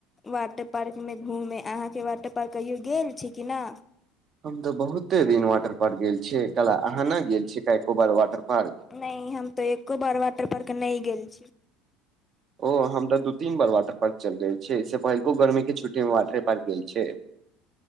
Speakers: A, on the left (about 25°); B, on the right (about 45°).
A: वाटर पार्क मे घूमे अहाँकेँ वाटर पार्क कहियो गेल छी की नै
B: हम तऽ बहुते दिन वाटर पार्क गेल छियै कला अहाँ नै गेल छियै का एक्कोबार वाटर पार्क
A: नहि हम तऽ एक्को बार वाटर पार्क नहि गेल छी
B: ओ हम तऽ दू तीन बार वाटर पार्क चलि जाय छीयै ए सँ पहिलो गर्मी केँ छुट्टी मे वाटर पार्क गेल छै